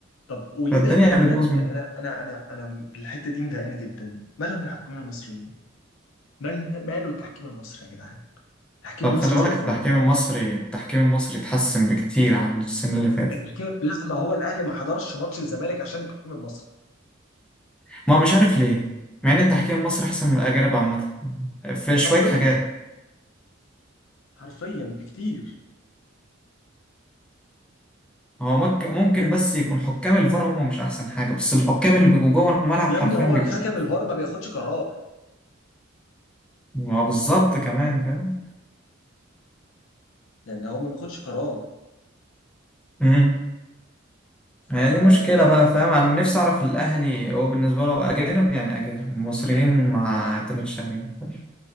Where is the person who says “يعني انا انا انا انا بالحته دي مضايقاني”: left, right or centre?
Left